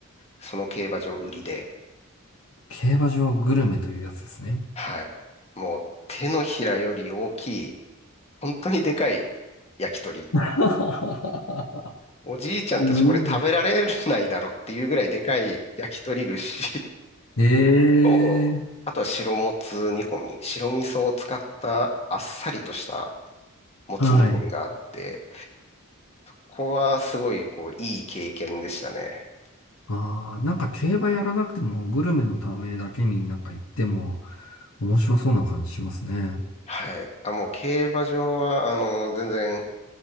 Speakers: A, on the left (about 30°); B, on the left (about 75°).
A: その競馬場売りで、
B: 競馬場グルメというやつですね。
A: はい。もう手のひらより大きい、本当にでかい焼き鳥。
B: <laughs>
A: おじいちゃんたちこれ食べられないだろっていうぐらいでかい焼き鳥串
B: すごいえ
A: と、
B: え、
A: あとは白もつ煮込み。白味噌を使ったあっさりとしたもつ煮込みがあって、
B: はい。
A: ここはすごいこういい経験でしたね。
B: ああ、なんか競馬やらなくてもグルメのためだけになんか行っても面白そうな感じしますね。
A: はい。あ、もう競馬場は、あの、全然